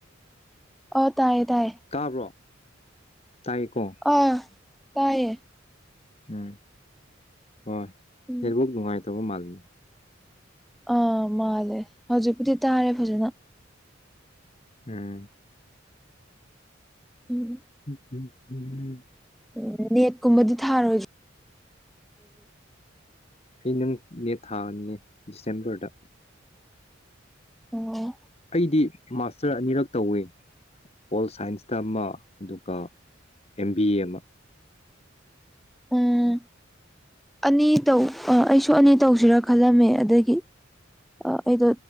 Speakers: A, in the centre; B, on the left.
A: ꯑꯥ ꯇꯥꯏꯌꯦ ꯇꯥꯏꯌꯦ
B: ꯇꯥꯕ꯭ꯔꯣ ꯇꯥꯏꯀꯣ
A: ꯑꯥ ꯇꯥꯏꯌꯦ
B: ꯎꯝ ꯍꯣꯏ
A: ꯎꯝ
B: ꯅꯦꯠꯋꯥꯛ ꯅꯨꯡꯉꯥꯏ ꯇꯥꯕ ꯃꯥꯜꯅꯤ
A: ꯑꯥ ꯃꯥꯜꯂꯦ ꯍꯧꯖꯤꯛꯄꯨꯗꯤ ꯇꯥꯔꯦ ꯐꯖꯅ
B: ꯎꯝ
A: ꯎꯝ
B: ꯎꯝ ꯎꯝ
A: ꯎꯝ ꯅꯦꯠꯀꯨꯝꯕꯗꯤ ꯊꯥꯔꯣꯏꯗ꯭ꯔꯣ
B: ꯑꯩ ꯅꯪ ꯅꯦꯠ ꯊꯥꯅꯤꯌꯦ ꯗꯤꯁꯦꯝꯕꯔꯗ
A: ꯑꯣ
B: ꯑꯩꯗꯤ ꯃꯥꯁꯇꯔ ꯑꯅꯤꯔꯛ ꯇꯧꯏ ꯄꯣꯜ ꯁꯥꯏꯟꯁꯇ ꯑꯃ ꯑꯗꯨꯒ ꯑꯦꯝ ꯕꯤ ꯑꯦ ꯑꯃ
A: ꯎꯝ ꯑꯅꯤ ꯇꯧ ꯑ ꯑꯩꯁꯨ ꯑꯅꯤ ꯇꯧꯁꯤꯔꯥ ꯈꯜꯂꯝꯃꯦ ꯑꯗꯒꯤ ꯑꯩꯗꯣ